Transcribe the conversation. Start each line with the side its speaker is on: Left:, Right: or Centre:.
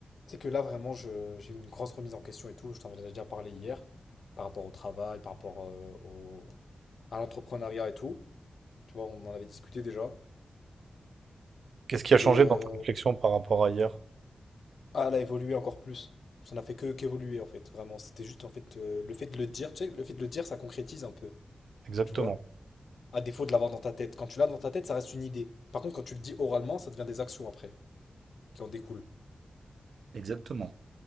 Left: Tu sais que là, vraiment, je- j'ai eu une grosse remise en question et tout. Je t'en avais déjà parlé hier, par rapport au travail, par rapport euh, au- à l'entrepreneuriat et tout. Tu vois, on en avait discuté déjà.
Right: Qu'est-ce qui a changé
Left: Et euh,
Right: dans ta réflexion par rapport à hier?
Left: ah, elle a évolué encore plus. Ça n'a fait que qu'évoluer, en fait, vraiment. C'était juste, en fait, euh, le fait de le dire, tu sais, le fait de le dire, ça concrétise un peu,
Right: Exactement.
Left: tu vois. À défaut de l'avoir dans ta tête. Quand tu l'as dans ta tête, ça reste une idée. Par contre, quand tu le dis oralement, ça devient des actions après, qui en découlent.
Right: Exactement.